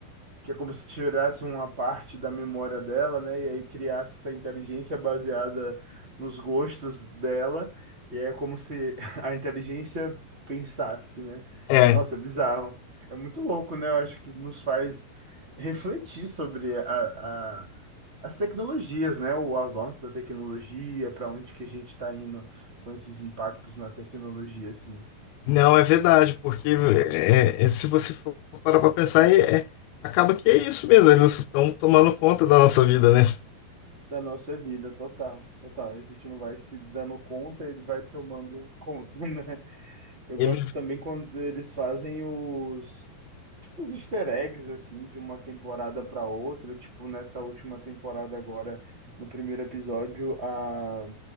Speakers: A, on the right; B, on the left.
A: que é como se tirasse uma parte da memória dela, né? E aí criasse essa inteligência baseada nos gostos dela. E é como se <laughs> a inteligência pensasse, né?
B: É.
A: Nossa, é bizarro. É muito louco, né? Eu acho que nos faz refletir sobre a, a- as tecnologias, né? O avanço da tecnologia, para onde que a gente está indo com esses impactos na tecnologia, assim.
B: Não, é verdade, porque é, é, se você for parar para pensar, é, é- acaba que é isso mesmo. Eles estão tomando conta da nossa vida, né?
A: da nossa vida, total, total. A gente não vai se dando conta, ele vai tomando conta, <laughs> né? Eu
B: Ele,
A: gosto também quando eles fazem os, tipo, os easter eggs, assim, de uma temporada para outra. Tipo, nessa última temporada agora, no primeiro episódio, a,